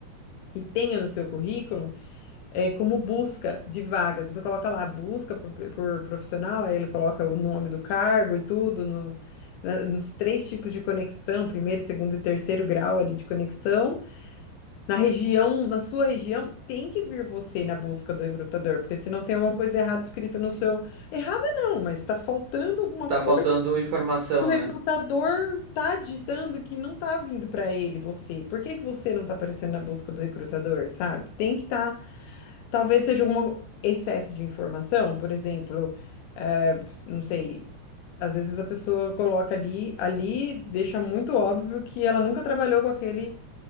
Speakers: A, on the left; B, on the right.
A: e tenha no seu currículo é, como busca de vagas. Então, coloca lá, busca por, por profissional, aí ele coloca o nome do cargo e tudo, no- na- nos três tipos de conexão, primeiro, segundo e terceiro grau ali de conexão. Na região, na sua região, tem que vir você na busca do recrutador, porque se não tem alguma coisa errada escrita no seu. Errada não, mas está faltando alguma
B: Tá
A: coisa
B: faltando
A: que
B: informação,
A: o recrutador
B: né?
A: está digitando que não está vindo para ele, você. Por que que você não está aparecendo na busca do recrutador, sabe? Tem que estar Talvez seja um excesso de informação, por exemplo, eh, não sei, às vezes a pessoa coloca ali, ali deixa muito óbvio que ela nunca trabalhou com aquele